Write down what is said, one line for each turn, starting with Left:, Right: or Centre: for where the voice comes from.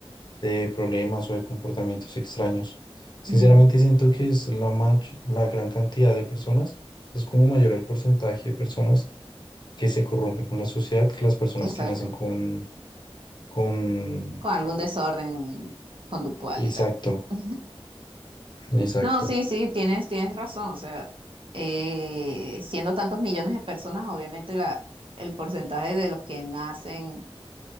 Left: de problemas o de comportamientos extraños. Sinceramente
Right: ujú,
Left: siento que es la, mach- la gran cantidad de personas, es como mayor el porcentaje de personas que se corrompen con la sociedad que las personas
Right: Exacto.
Left: que nacen con, con...
Right: con algún desorden conductual
Left: Exacto,
Right: y tal. <laughs>
Left: exacto.
Right: No, sí, sí, tienes, tienes razón. O sea, eh, siendo tantos millones de personas, obviamente la, el porcentaje de los que nacen